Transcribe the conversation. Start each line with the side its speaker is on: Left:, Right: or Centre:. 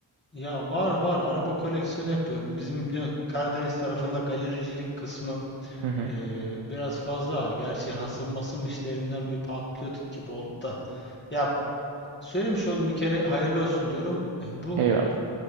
Left: Ya var var araba koleksiyonu yapıyorum. Bizim biliyorsun Karadeniz tarafında galericilik kısmı
Right: Hı hı.
Left: eee, biraz fazla var. Gerçi hasım basım işlerinden bir patlıyorduk gibi oldu da. Ya söylemiş oldum bir kere hayırlı olsun diyorum. Eh, Bu
Right: Eyvallah.